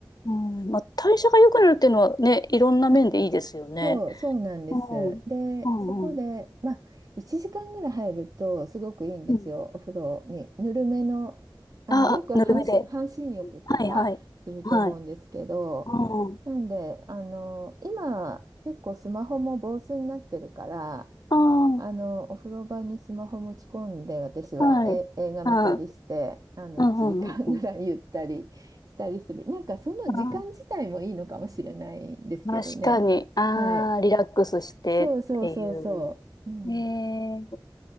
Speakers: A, on the left (about 55°); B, on the right (about 45°).
A: うん、まあ、代謝が良くなるっていうのはね、いろんな面でいいですよね。
B: うんそう、そうなんです。
A: うん、
B: で、
A: うん、
B: そこで、
A: うん。
B: まあ、1時間ぐらい入るとすごくいいんですよ、
A: うん
B: お風呂に。ぬるめの、あの、
A: ああ、
B: よく半身、
A: ぬるめで。
B: 半身浴とかすると思うんですけど、
A: はい、はい。はい。うん。
B: なんで、あの、今、結構スマホも防水になってるから、
A: ああ、
B: あの、お風呂場にスマホ持ち込んで、私はえ映画見たりして、
A: はい。あー、
B: あの、
A: うんうんうんうん。
B: 1時間ぐらいゆったりしたりする。なんかその時間自体もいいのかもしれないですけどね。
A: ああ、確かに。ああ、
B: はい。
A: リラックスしてっていう。
B: そうそうそうそう。うん。
A: ええ